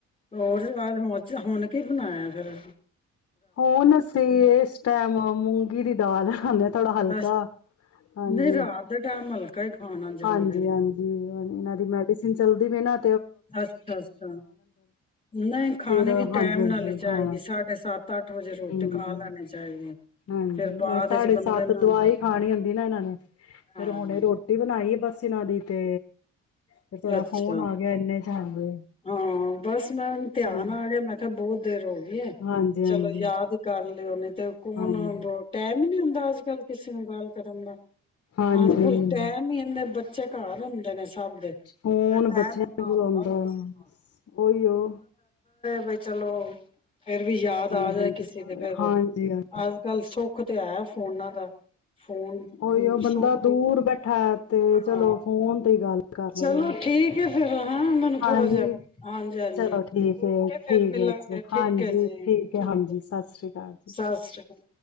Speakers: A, on the left; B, on the left.
A: ਹੋਰ ਹੋ ਹੁਣ ਕੀ ਬਣਾਇਆ ਫੇਿਰ
B: ਹੋੁਣਸੀਂ ਟਮ ਮੂੰਗੀ ਦੀ ਦਾਲ ਖਾਂਦੇ ਥੋੜਾ ਹਲਕਾ
A: ਅ
B: ਹਾਂਜੀ
A: ਨਹੀਂ ਰਾਤ ਦਾ ਟੈਮ ਹਲਕਾ ਹੀ ਖਾਣਾ ਜ਼ਰੂਰੀ
B: ਹਾਂਜੀ ਹਾਂਜੀ ਇਹਨਾਂ ਦੀ ਮੈਡੀਸਿਨ ਚੱਲਦੀ ਵੀ ਇਹਨਾਂ
A: ਅੱਛਾ ਅੱਛਾ ਨਹੀਂ ਖਾਣੇ
B: ਫੇਰ
A: ਵੀ
B: ਹਾਂਜੀ
A: ਟੈਮ
B: ਹਾਂਜੀ
A: ਨਾਲ ਹੀ ਚਾਹੀਦੀ
B: ਹਾਂ
A: ਸਾਡੇ ਸੱਤ ਅੱਠ ਵਜੇ ਰੋਟੀ
B: ਹੂੰ
A: ਖਾ ਲੈਣੀ ਚਾਹੀਦੀ
B: ਹਾਂਜੀ
A: ਫਿਰ ਬਾਅਦ
B: ਸਾਡੇ
A: ਚ ਬੰਦੇ
B: ਸੱਤ
A: ਨੂੰ
B: ਦਵਾਈ ਖਾਣੀ ਹੁੰਂਦੀ ਨਾ ਇਹਨਾਂ ਨੇ
A: ਹਾਂ
B: ਫੇਿਰ ਹੁਣੇ ਰੋਟੀ ਬਣਾਈ ਹੈ ਬਸ ਚ ਨਾ ਦੇ ਤੇ ਫਿਰ ਤੁਹਾਡਾ
A: ਅੱਛਾ
B: ਫੋਨ ਆ ਗਿਆ ਇੰਨੇ ਚ ਹਾਂਜੀ
A: ਹਾਂ ਬਸ ਮੈਂਣ ਧਿਆਨ
B: ਹਾਂ
A: ਆ ਗਿਆ ਮੈਂ ਕਿਹਾ ਬਹੁਤ ਦੇਰ ਹੋ ਗਈ
B: ਹਾਂਜੀ ਹਾਂਜੀ
A: ਚਲੋ ਯਾਦ ਕਰ <unintelligible> ਤੇ ਕੌਣ
B: ਹਾਂਜੀ
A: ਟੈਮ ਹੀ ਨੀ ਹੁੰਦਾ ਅੱਜ ਕੱਲ ਕਿਸੇ ਨੂੰ ਗੱਲ ਕਰਨ ਦਾ
B: ਹਾਂਜੀ
A: ਅੱਜ ਕੱਲ ਟੈਮ ਹੀ ਆਦੇ ਬੱਚੇ <unintelligible> ਸਭ ਦੇ
B: ਫੋਨ
A: ਫਿਰ ਟੈਮ
B: ਬੱਚਿਆਂ
A: ਇੰਨਾ
B: ਦੇ ਕੋਲ
A: ਹੁੰਦਾ
B: ਆਉਂਦਾ
A: ਨੀ ਕਿਸੇ
B: ਉਓਹੀ ਉਹ
A: ਬਾਈ ਚਲੋ ਫੇਰ ਵੀ ਯਾਦ ਆ
B: ਹਾਂਜੀ,
A: ਜਾਏ ਕਿਸੇ ਦੇ ਫਿਰ
B: ਹਾਂਜੀ,
A: ਅੱਜ
B: ਹਾਂ
A: ਕੱਲ ਸੁੱਖ ਤੇ ਹੈ ਫੋਨਾਂ ਦਾ ਫੋਨ
B: ਉਹੀ ਉਹ ਬੰਦਾ
A: ਸੁੱਖ
B: ਦੂਰ ਬੈਠਾ ਤੇ
A: ਹਾਂ
B: ਚਲੋ ਫੋਨ ਤੇ ਹੀ ਗੱਲ ਕਰ
A: ਚਲੋ
B: ਲੈਂਦਾ।
A: ਠੀਕ ਹੈ ਫੇਿਰ ਹੈਾਂ ਮੈਨੂੰ ਥੋੜਾ
B: ਹਾਂਜੀ,
A: ਜਹਾ ਹਾਂਜੀ ਹਾਂਜੀ
B: ਚਲੋ ਠੀਕ
A: ਉਠ
B: ਹੈ,
A: ਕੇ ਫਿਰ
B: ਠੀਕ
A: ਮਿਲਾਂਗੇ
B: ਹੈ ਅੱਛਾ,
A: ਠੀਕ
B: ਹਾਂਜੀ
A: ਹੈ ਜੀ
B: ਹੈ,
A: ਠੀਕ
B: ਹਾਂਜੀ ਸਤਿ ਸ੍ਰੀ ਅਕਾਲ ਜੀ।
A: ਸਤਿ ਸ੍ਰੀ ਅਕਾਲ